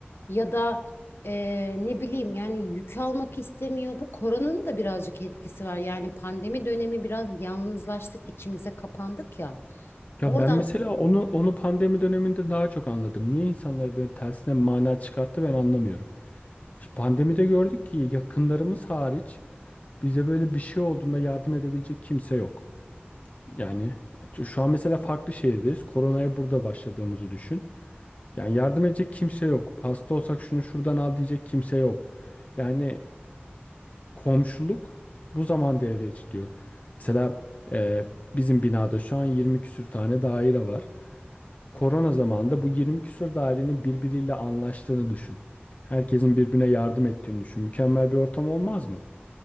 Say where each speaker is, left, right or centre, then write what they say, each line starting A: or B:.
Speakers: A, on the left (about 75°); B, on the left (about 40°).
A: Ya da eee, ne bileyim yani yük almak istemiyor. Bu koronanın da birazcık etkisi var. Yani pandemi dönemi biraz yalnızlaştık, içimize kapandık ya.
B: Ya
A: Oradan
B: ben mesela onu onu pandemi döneminde daha çok anladım. Niye insanlar böyle tersine mana çıkarttı ben anlamıyorum. Şimdi pandemide gördük ki yakınlarımız hariç bize böyle bir şey olduğunda yardım edebilecek kimse yok. Yani atıyor- şu an mesela farklı şehirdeyiz. Koronaya burada başladığımızı düşün. Yani yardım edecek kimse yok. Hasta olsak şunu şuradan al diyecek kimse yok. Yani komşuluk bu zaman devreye çıkıyor. Mesela e, bizim binada şu an 20 küsür tane daire var. Korona zamanında bu 20 küsür dairenin birbiriyle anlaştığını düşün. Herkesin birbirine yardım ettiğini düşün. Mükemmel bir ortam olmaz mı?